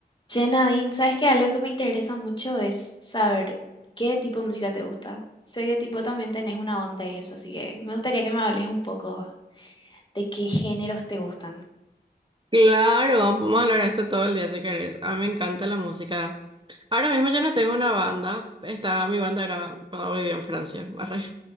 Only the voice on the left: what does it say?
Che, Nadine, ¿sabes que Algo que me interesa mucho es saber qué tipo de música te gusta. Sé que tipo también tenés una banda y eso, así que me gustaría que me hables un poco de qué géneros te gustan.